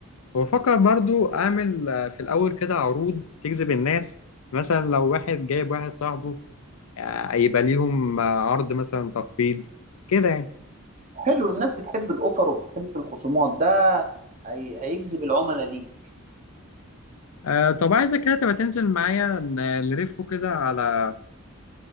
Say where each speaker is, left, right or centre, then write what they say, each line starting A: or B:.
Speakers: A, on the left (about 80°); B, on the right (about 35°).
A: وفكر برضو اعمل آه، في الاول كده عروض تجذب الناس مثلا لو واحد جايب واحد صاحبه آه، يبقى ليهم آه، عرض مثلا تخفيض كده يعني
B: حلو الناس بتحب الاوفر وبتحب الخصومات ده هي- هيجذب العملاء ليك
A: آه، طب عايزك كده تبقى تنزل معايا ن- نلفه كده على